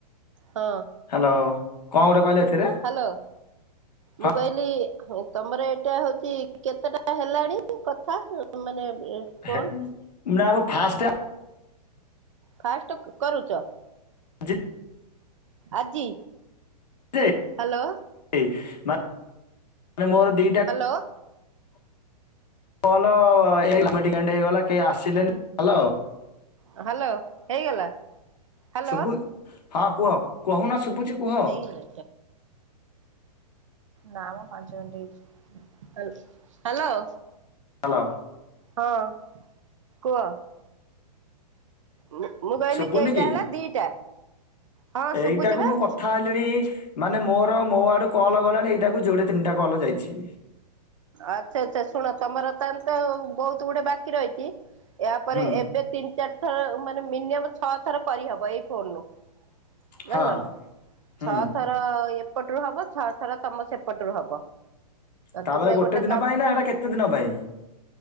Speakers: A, on the right (about 50°); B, on the left (about 75°).
A: ହଁ
B: ହ୍ୟାଲୋ କଣ ଗୋଟେ କହିଲେ ଏଥିରେ
A: ହ୍ୟାଲୋ
B: ହଁ
A: ମୁଁ କହିଲି ତମର ଏଇଟା ହଉଛି କେତେଟା ହେଲାଣି କଥା ମାନେ ଫୋନ୍
B: ହେ ନା ମୁଁ ଫାଷ୍ଟ ଆ
A: ଫାଷ୍ଟ କରୁଚ?
B: ଜି
A: ଆଜି?
B: <unintelligible>
A: ହ୍ୟାଲୋ
B: ମା ମାନେ ମୋର ଦିଇଟା
A: ହ୍ୟାଲୋ
B: କଲ <unintelligible> ହେଇଗଲା କେହି ଆସିଲେନି, ହ୍ୟାଲୋ
A: ହ୍ୟାଲୋ ହେଇଗଲା? ହ୍ୟାଲୋ
B: ଶୁଭୁ ହଁ କୁହ କହୁନ ଶୁଭୁଛି କୁହ। <inaudible>
A: ହେଇଗଲା ହାଲ୍ ହ୍ୟାଲୋ।
B: ହ୍ୟାଲୋ।
A: ହଁ କୁହ। ମୁଁ ମୁଁ କହିଲି
B: ଶୁଭୁନି
A: କେଇଟା
B: କି?
A: ହେଲା ଦିଟା? ହଁ
B: ଏଇଟାକୁ
A: ଶୁଭୁଛି ବା
B: ମୁଁ କଥା ହେଲିଣି ମାନେ ମୋର ମୋ ଆଡୁ କଲ ଗଲାଣି ଏଇଟାକୁ ଯୋଡେ ତିନିଟା କଲ ଯାଇଛି।
A: ଆଚ୍ଛା ଆଚ୍ଛା ଶୁଣ ତମର ତାହେଲେ ତ ଆଉ ବହୁତୁ ଗୁଡେ ବାକି ରହିଛି। ୟାପରେ
B: ହୁଁ
A: ଏବେ ତିନି ଚାରି ଥର ମାନେ ମିନିୟମ ଛଅ ଥର କରିହବ ଏଇ ଫୋନରୁୁ। ଜାଣିଲ
B: ହଁ
A: ନା
B: ହୁଁ
A: ଛଅଥର ଏ ଏପଟରୁ ହବ ଛଅ ଥର ତମ ସେପଟରୁ ହବ।
B: ତାପରେ
A: ତୁମେ ଗୋଟେ
B: ଦିନ
A: କାପ
B: ପାଇଁ ନା ଏଟା କେତେ ଦିନ ପାଇଁ